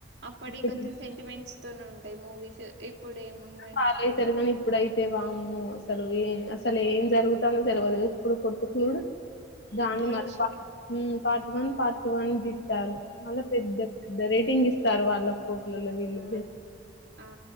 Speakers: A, on the right; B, on the left.
A: అప్పటియ్
B: ఇప్పుడు
A: కొంచెం సెంటిమెంట్స్ తోని ఉంటాయి మూవీస్ ఇప్పుడు ఏముంది మే
B: ఫాలో అయితారు కానీ ఇప్పుడైతే వామ్మో అసలు ఏ అసలు ఏం జరుగుతాందో తెలవదు ఇప్పుడు కొట్టుకునుడు దాన్ని
A: ఇప్పుడు
B: మ
A: వచ్చి
B: పార్ట్ వన్ పార్ట్ టూ అని దీ స్తారు మళ్ళ పెద్ద పెద్ద రేటింగ్ ఇస్తారు వాళ్ళక్ కోట్లల్ల వీళ్ళు
A: ఆ ఆ